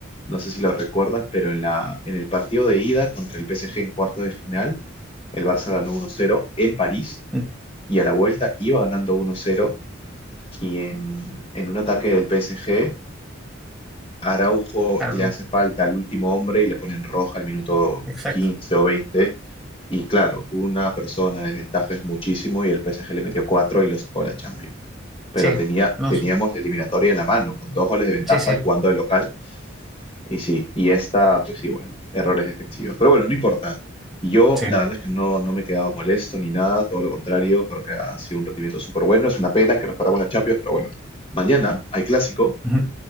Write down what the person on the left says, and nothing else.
no sé si lo recuerdas, pero en la, en el partido de ida contra el PSG en cuarto de final, El Barça ganó 1-0 en París
y a la vuelta iba ganando 1-0 y en, en un ataque del PSG, Araujo
le hace falta al último hombre y le ponen roja al minuto
15 o 20 y claro, una persona de desventaja es muchísimo y el PSG le metió 4 y lo sacó a la Champions. Pero
tenía,
teníamos
la eliminatoria en la mano, con dos goles de ventaja
jugando de local Y sí, y esta, pues igual, errores efectivos. Pero bueno, no importa. Yo,
la verdad es que no, no me he quedado molesto ni nada, todo lo contrario, creo que ha sido un rendimiento súper bueno. Es una pena que nos paramos en la Champions, pero bueno, mañana hay clásico